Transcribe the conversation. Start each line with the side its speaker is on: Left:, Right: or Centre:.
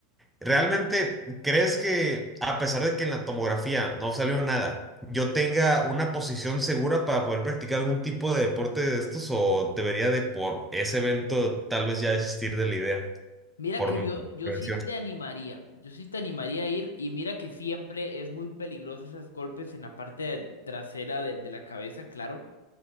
Centre: ¿Realmente crees que a pesar de que en la tomografía no salió nada, yo tenga una posición segura para poder practicar algún tipo de deporte de estos o debería de por ese evento tal vez ya desistir de la idea
Left: Mira
Centre: por
Left: que
Centre: mi
Left: yo, yo
Centre: prevención?
Left: sí te animaría, yo sí te animaría a ir y mira que siempre es muy peligroso esos golpes en la parte trasera de, de la cabeza, claro,